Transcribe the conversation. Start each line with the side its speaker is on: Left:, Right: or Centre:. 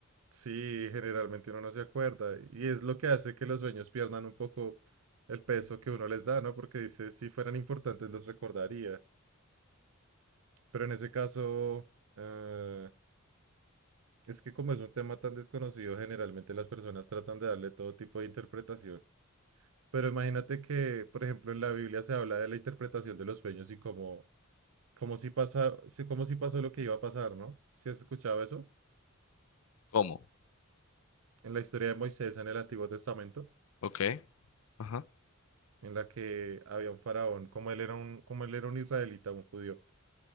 Right: sí, generalmente uno no se acuerda. Y es lo que hace que los sueños pierdan un poco el peso que uno les da, ¿no? Porque dice, si fueran importantes los recordaría. Pero en ese caso, eh, es que como es un tema tan desconocido, generalmente las personas tratan de darle todo tipo de interpretación. Pero imagínate que, por ejemplo, en la Biblia se habla de la interpretación de los sueños y como, como si pasa, si- como si pasó lo que iba a pasar, ¿no? ¿Si has escuchado eso?
Left: ¿Cómo?
Right: En la historia de Moisés en el Antiguo Testamento,
Left: Ok, ajá.
Right: en la que había un faraón, como él era un, como él era un israelita, un judío,